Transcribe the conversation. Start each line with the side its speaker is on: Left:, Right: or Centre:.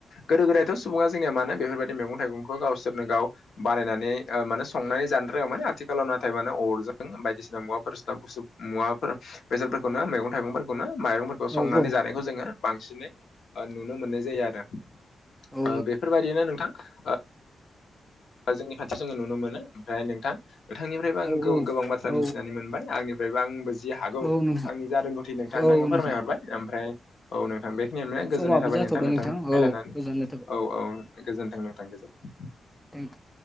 Left: गोदो गोदायथ' सुबुङा जोंनिया मानो बेफोरबायदि मैगं थाइगं गावसोर नो गाव बानायनानै ओ माने संनानै जानो रोङा माने आथिखालाव नाथाय माने अरजों बायदिसिना मुङाफोर साब बुसु मुवाफोर बेसरफोरखौनो मैगं थाइगंफोरखौनो माइरंफोर
Centre: औ
Left: संनानै
Centre: औ
Left: जानायखौ जोङो बांसिनै ओ नुनो मोननाय जायो आरो ।
Centre: औ
Left: ओ बेफोर बायदिनो नोंथां ओ ओ जोंनि खाथियाव जोङो नुनो मोनो ओमफ्राय नोंथां नोंथांनिफ्रायबो आं
Centre: औ
Left: गोबां बाथ्रा
Centre: औ
Left: मिथिनानै मोनबाय आंनिफ्रायबो आंबो जि हागौ
Centre: औ औ नोंथां
Left: आंनि जा रोंगौथिनि थांनो
Centre: औ
Left: आङो
Centre: नोंथां
Left: फोरमायहरबाय ओमफ्राय औ नोंथां बेखिनियनो गोजोननाय
Centre: समाबो
Left: थाबाय
Centre: जाथ'बाय
Left: नोंथां । नोंथां
Centre: औ
Left: रायलायनानै
Centre: गोजोननाय थाबाय
Left: औ औ गोजोन्थों नोंथां गोजोनथों ।
Centre: <unintelligible>